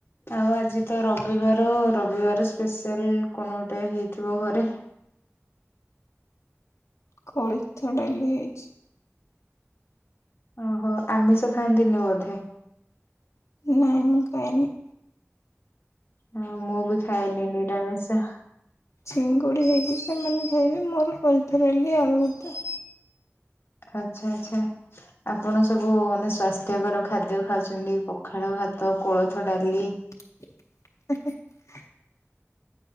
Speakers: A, on the left; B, on the left.
A: ଆଉ ଆଜି ତ ରବିବାର ରବିବାର ସ୍ପେସିଆଲ କଣ ଗୋଟେ ହେଇଥିବ ଘରେ।
B: କୋଳିଥ ଡାଲି ହେଇଚି।
A: ଓହୋ ଆମିଷ ଖାଆନ୍ତିନି ବୋଧେ।
B: ନାାଇ ମୁ ଖାଏନି।
A: ହଁ ମୁଁ ବି ଖାଏନି ନିରାମିଷ।
B: ଚିଙ୍ଗୁଡ଼ି ହେଇଛି ସେମାନେ ଖାଇବେ ମୋର କୋଳଥ ଡାଲି ଆଳୁଭତ୍ତା।
A: ଆଛା ଆଚ୍ଛା। ଆପଣ ସବୁ ମାନେ ସ୍ଵାସ୍ଥ୍ୟକର ଖାଦ୍ୟ ଖାଉଛନ୍ତି ପଖାଳ ଭାତ କୋଳଥ ଡାଲି।
B: <unintelligible>